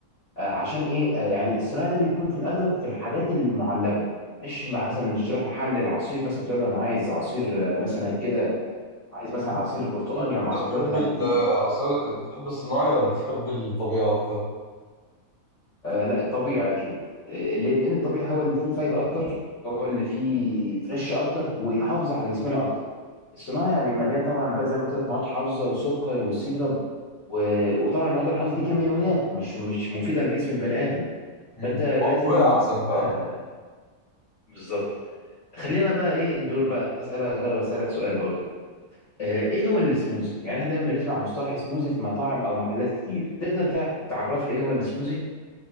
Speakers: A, on the left; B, on the left.
A: آه، عشان ايه آه، يعني الصناعي ده بيكون في الاغلب في الحاجات المعلبه مش مع- مثلا مش تروح محل العصير مثلا تقول له انا عايز عصير آه، مثلا كده عايز مثلا عصير برتقاني
B: انت
A: انا
B: انت
A: معصره
B: بتحب
A: لك لا دي
B: العصير بتحب الصناعي ولا بتحب الطبيعي أكتر؟
A: آه، لا الطبيعي اكيد آه، ليه لان الطبيعي هو اللي فيه فايده اكتر هو اللي فيه فريش اكتر ويحافظ على جسمنا اكتر الصناعي يعني مليان طبعا بقى زي ما قلت لك مواد حافظه وسكر وسيرب و- وطبعا المواد الحافظه دي كيميائيات مش مش مفيده لجسم البني ادم
B: مم.
A: فانت لازم
B: هو الطبيعي أحسن فعلا
A: آه، بالظبط خلينا بقى ايه الدور بقى اسالك اجرب اسالك سؤال برضو آه، ايه هو السموزي يعني احنا دايما بنسمع مصطلح سموزي في مطاعم او محلات كتير تقدر تع- تعرف لي ايه هو السموزي